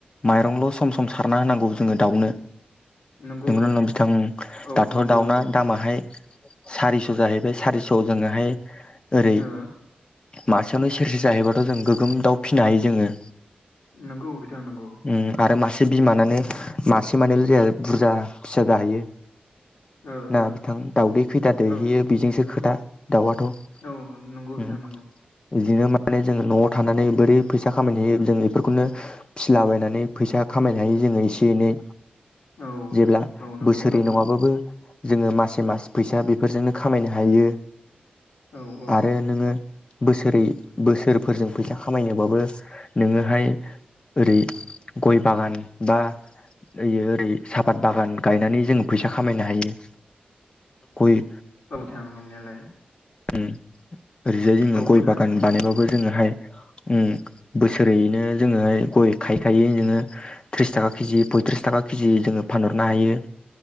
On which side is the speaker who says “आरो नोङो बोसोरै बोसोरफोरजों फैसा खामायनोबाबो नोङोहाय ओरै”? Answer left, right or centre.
Left